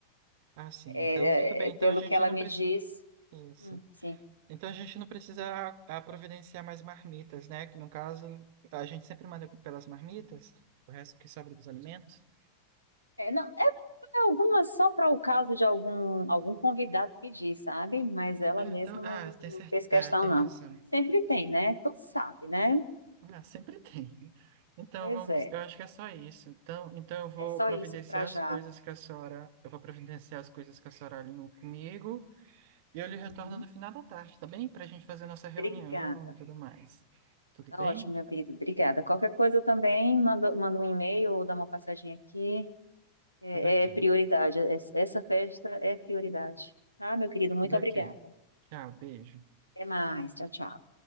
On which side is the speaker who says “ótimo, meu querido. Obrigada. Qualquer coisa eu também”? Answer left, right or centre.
Left